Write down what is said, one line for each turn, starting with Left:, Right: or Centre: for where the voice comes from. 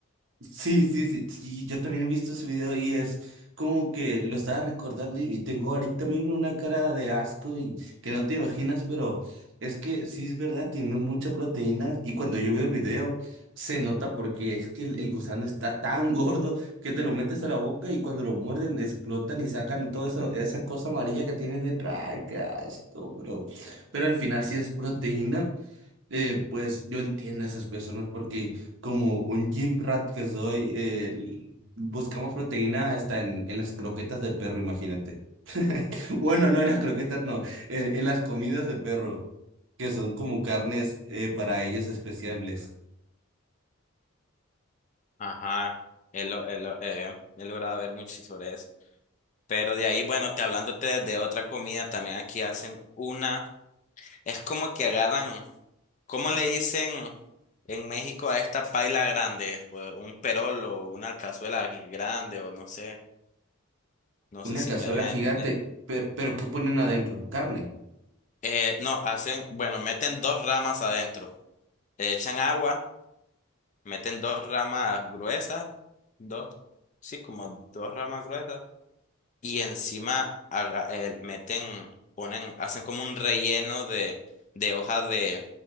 Right: Sí, sí, sí, sí, yo también he visto ese video y es como que lo estaba recordando y, y tengo ahorita mismo una cara de asco y que no te imaginas, pero es que sí es verdad, tiene mucha proteína y cuando yo veo el video se nota porque es que el, el gusano está tan <laughs> gordo que te lo metes a la boca y cuando lo muerden explotan y sacan toda esa, esa cosa amarilla que tiene detrás. ¡Ay, qué asco, bro! Pero al final sí es proteína. Eh, pues yo entiendo a esas personas porque como un gym rat que soy, eh, l- buscamos proteína hasta en, en las croquetas de perro, imagínate. <laughs> Bueno, no en las croquetas, no, en, en las comidas de perro, que son como carnes eh, para ellos especiales.
Left: Ajá, he, lo- he lo- eh, he logrado ver mucho sobre eso. Pero de ahí, bueno, te hablándote de otra comida, también aquí hacen una, es como que agarran, ¿cómo le dicen en México a esta paila grande? O Un perol o una cazuela grande o no sé, no
Right: Una
Left: sé si
Right: cazuela
Left: me doy a
Right: gigante,
Left: entender.
Right: pe- pero ¿qué ponen adentro? Carne.
Left: Eh, no, hacen, bueno, meten dos ramas adentro, le echan agua, meten dos ramas gruesas, dos, sí, como dos ramas gruesas y encima haga- eh, meten, ponen, hacen como un relleno de, de hoja de,